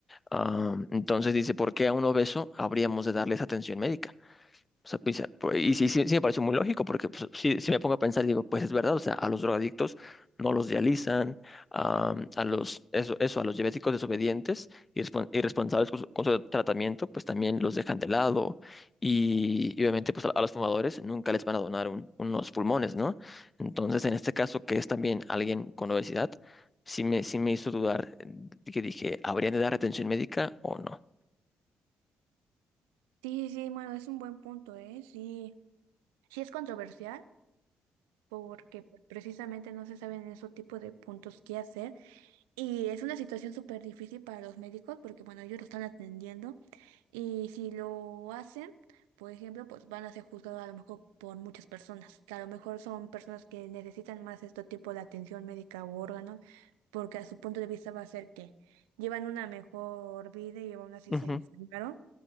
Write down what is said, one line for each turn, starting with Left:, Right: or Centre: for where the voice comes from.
Left: Ah, entonces dice, ¿por qué a un obeso habríamos de darles atención médica? O sea, pues, pues, y sí, sí, sí me pareció muy lógico, porque pues, sí, sí me pongo a pensar, y digo, pues es verdad, o sea, a los drogadictos no los dializan, a, a los, eso, eso, a los diabéticos desobedientes y respon- irresponsables con su, con su tratamiento, pues también los dejan de lado. Y, y obviamente, pues a, a los fumadores nunca les van a donar un- unos pulmones, ¿no? Entonces, en este caso, que es también alguien con obesidad, sí me, sí me hizo dudar, eh, que dije, ¿habrían de dar atención médica o no?
Right: Sí, sí, bueno, es un buen punto, ¿eh? Sí, sí es controversial porque pues, precisamente no se saben esos tipos de puntos qué hacer. Y es una situación súper difícil para los médicos porque, bueno, ellos lo están atendiendo y si lo hacen, por ejemplo, pues van a ser juzgados a lo mejor por muchas personas, que a lo mejor son personas que necesitan más este tipo de atención médica u órganos, porque a su punto de vista va a ser que llevan una mejor vida y aún así
Left: Ujú.
Right: se enfermaron,